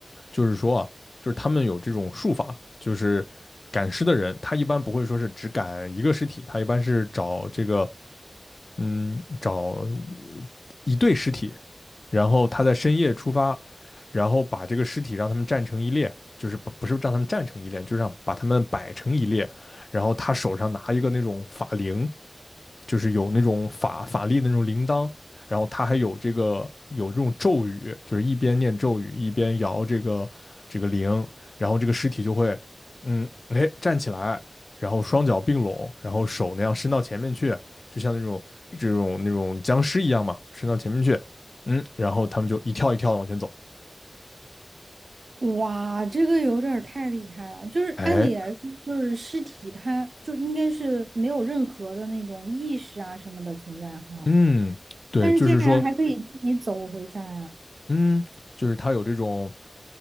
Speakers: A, on the left; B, on the right.
A: 就是说啊，就是他们有这种术法，就是赶尸的人，他一般不会说是只赶一个尸体，他一般是找这个嗯，找一对尸体，然后他在深夜出发，然后把这个尸体让他们站成一列，就是不不是让他们站成一列，就是让把他们摆成一列，然后他手上拿一个那种法铃，就是有那种法法力的那种铃铛，然后他还有这个有这种咒语，就是一边念咒语一边摇这个这个铃，然后这个尸体就会，嗯，哎，站起来，然后双脚并拢，然后手那样伸到前面去，就像那种这种那种僵尸一样嘛，伸到前面去，嗯，然后他们就一跳一跳的往前走。
B: 哇，这个有点儿太厉害了。就是按理来说，
A: 哎，
B: 就是尸体它就应该是没有任何的那种意识啊什么的存在哈，
A: 嗯，对，
B: 但是竟然还可以自己走回家呀，
A: 就是说，嗯，就是他有这种，